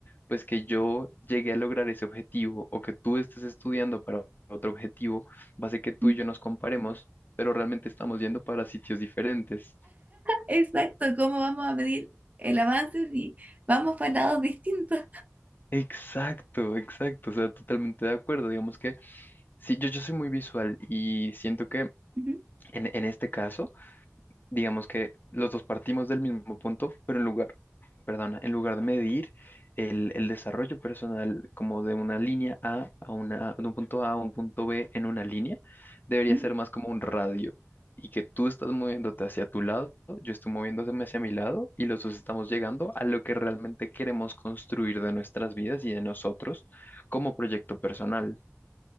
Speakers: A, on the left; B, on the right.
A: pues que yo llegué a lograr ese objetivo o que tú estés estudiando para otro objetivo, va a ser que tú
B: ujú.
A: y yo nos comparemos, pero realmente estamos yendo para sitios diferentes.
B: Exacto, ¿cómo vamos a medir el avance si vamos para lados distintos?
A: Exacto, exacto, o sea, totalmente de acuerdo. Digamos que sí, yo, yo soy muy visual y siento que
B: Ujú,
A: en, en este caso digamos que los dos partimos del mismo punto, pero en lugar, perdona, en lugar de medir el, el desarrollo personal como de una línea A a una, de un punto A a un punto B en una línea, debería
B: ujú.
A: ser más como un radio y que tú estás moviéndote hacia tu lado, yo estoy moviéndome hacia mi lado y los dos estamos llegando a lo que realmente queremos construir de nuestras vidas y de nosotros como proyecto personal.